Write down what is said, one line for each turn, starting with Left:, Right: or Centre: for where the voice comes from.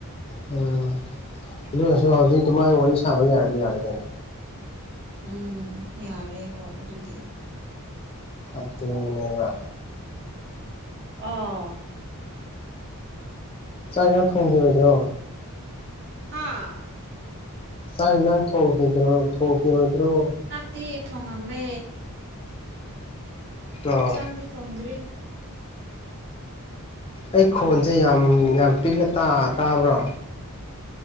Left: ꯎꯝ ꯑꯗꯨꯔꯁꯨ ꯍꯧꯖꯤꯛ ꯑꯗꯨꯃꯥꯏꯅ ꯋꯥꯔꯤ ꯁꯥꯕ ꯌꯥꯔꯗꯤ ꯌꯥꯔꯦ ꯀꯩꯅꯣ
Right: ꯎꯝ ꯌꯥꯔꯦ ꯍꯣꯏ ꯑꯗꯨꯗꯤ
Left: ꯑꯗꯨꯅꯦꯕ
Right: ꯑꯥ
Left: ꯆꯥꯛ ꯌꯥꯝ ꯊꯣꯡꯈꯤꯕꯣꯏꯗ꯭ꯔꯣ
Right: ꯍꯥꯥ
Left: ꯆꯥꯛ ꯌꯦꯟꯖꯥꯡ ꯊꯣꯡꯈꯤꯗ꯭ꯔꯣ ꯊꯣꯡꯈꯤꯔꯣꯏꯗ꯭ꯔꯣ
Right: ꯎꯇꯤ ꯊꯣꯡꯉꯝꯃꯦ
Left: ꯑꯣ
Right: ꯏꯟꯁꯥꯡꯗꯤ ꯊꯣꯡꯗ꯭ꯔꯤ
Left: ꯑꯩ
Right: ꯀꯣꯟꯅ
Left: ꯈꯣꯟꯁꯦ ꯌꯥꯝ ꯌꯥꯝ ꯄꯤꯛꯅ ꯇꯥ ꯇꯥꯕ꯭ꯔꯣ